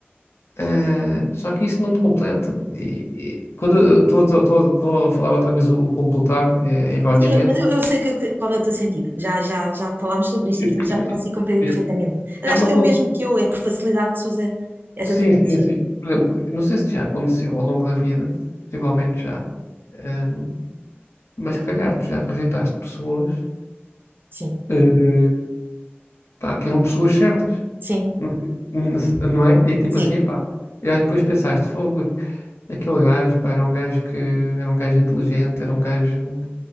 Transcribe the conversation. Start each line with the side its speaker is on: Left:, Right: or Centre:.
Left: eh, só que isso não te completa. E, e quando eu estou estou- estou- estou a falar outra vez o, o completar, eh, erroneamente,
Right: Sim, mas eu, eu sei que- é que- qual é o teu sentido. Já, já, já falámos sobre isto
Left: que-
Right: e, portanto,
Left: que-
Right: já consigo compreender
Left: que-
Right: perfeitamente. Aliás,
Left: já me,
Right: que
Left: acon-
Right: é o mesmo que eu, é por facilidade que se usa essa
Left: Sim,
Right: terminologia.
Left: sim, sim. Por exemplo, não sei se já aconteceu ao longo da vida, possivelmente já, ehm, mas se calhar tu já rejeitaste pessoas,
Right: Sim,
Left: eh, pá, que eram pessoas certas,
Right: sim,
Left: não sei- <laughs> não é? E tipo
Right: sim.
Left: assim, pá, e aí depois pensaste, fogo, aquele gajo, pá, era um gajo que era um gajo inteligente, era um gajo